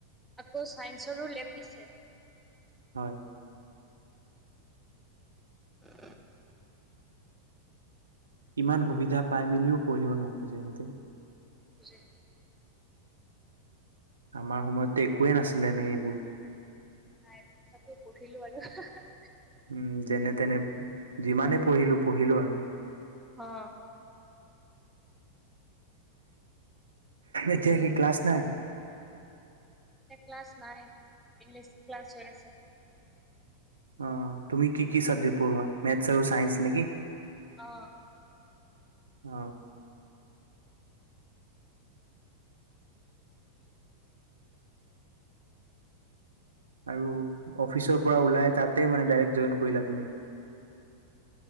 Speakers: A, in the centre; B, on the right.
A: আকৌ ছায়েন্সৰো লেব দিছে।
B: হয়।
A: <unintelligible>
B: ইমান সুবিধা পাই মেলিও পঢ়িব নোখোজে সিহঁতে।
A: নোখোজে।
B: আমাৰ সময়তে একোৱে নাছিলে এনেই এইবোৰ।
A: নাই তথাপিও পঢ়িলো আৰু হ হ।
B: উম যেনে তেনে যিমানে পঢ়িলো পঢ়িলো আৰু।
A: অ।
B: এতিয়া কি ক্লাছ নাই?
A: এতিয়া ক্লাছ নাই ইংলিছ ক্লাছ হৈ আছে।
B: অ তুমি কি কি চাবজেক পঢ়োৱা মেথ্ছ আৰু চাইঞ্চ নেকি?
A: অঁ।
B: অ। আৰু অফিচৰ পৰা ওলাই তাতে মানে ডাইৰেক জইন কৰিলা তুমি?